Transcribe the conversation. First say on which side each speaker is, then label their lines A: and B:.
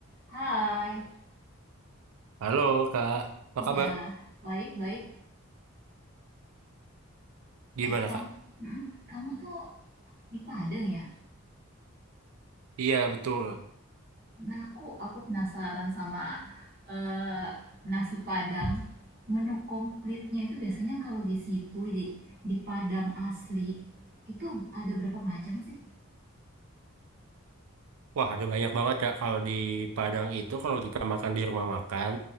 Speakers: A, on the right (about 45°); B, on the right (about 80°).
A: Hai.
B: Halo Kak, apa
A: Iya,
B: kabar?
A: baik-baik.
B: Gimana
A: Eh, kamu,
B: Kak?
A: mm, kamu tuh di Padang ya?
B: Iya betul.
A: Nah, aku aku penasaran sama eh, nasi Padang. Menu komplitnya itu biasanya kalau di situ di di Padang asli itu ada berapa macam sih?
B: Wah ada banyak banget Kak kalau di Padang itu kalau kita makan di rumah makan